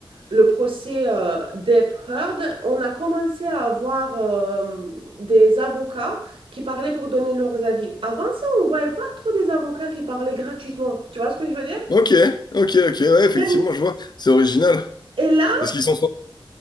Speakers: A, on the right (about 85°); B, on the left (about 55°).
A: le procès euh, d'Hep Heard, on a commencé à avoir euh, des avocats qui parlaient pour donner leurs avis. Avant ça, on ne voyait pas trop des avocats qui parlaient gratuitement. Tu vois ce que je veux dire?
B: Ok, ok, ok, ouais, effectivement,
A: Maintenant-
B: je vois, c'est original.
A: Et là,
B: Parce qu'ils sont...